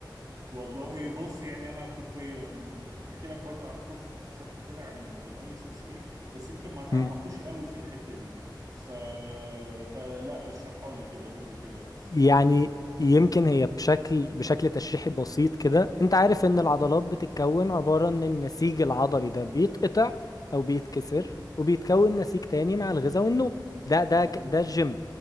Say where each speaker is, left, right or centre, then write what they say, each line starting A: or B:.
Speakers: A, on the right; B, on the left.
A: والله بص يعني انا كنت أم، هحكي لك برضو على كورس كنت خدته كده عن ال... في الاي اس اس اي بس يمكن ما تعمقوش
B: قوي
A: قوي في الحتة دي ف فلا اشرحها لي كده قول لي كده قصتها
B: يعني
A: بسرعة
B: يمكن هي بشكل بشكل تشريحي بسيط كده انت عارف ان العضلات بتتكون عبارة ان النسيج العضلي ده بيتقطع او بيتكسر وبيتكون نسيج تاني مع الغذاء والنوم ده
A: مظبوط
B: ده ك- ده الجيم